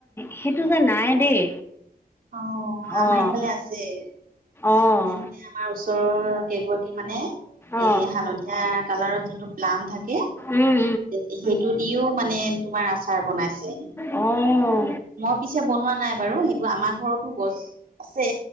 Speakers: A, on the left; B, on the right.
A: সেইটো যে নাই দেই
B: অ আমাৰ
A: অ',
B: এইফালে আছে কিছুমানে
A: অ',
B: মানে আমাৰ ওচৰৰ কেইগৰাকী মানে এ
A: অ',
B: হালধীয়া কালাৰৰ যোনটো প্লাম থাকে
A: উম,
B: সেইটো দিও মানে তোমাৰ আচাৰ বনাইছে
A: উম, অ',
B: মই পিছে বনোৱা নাই বাৰু সেইটো আমাৰ ঘৰতো গছ আছে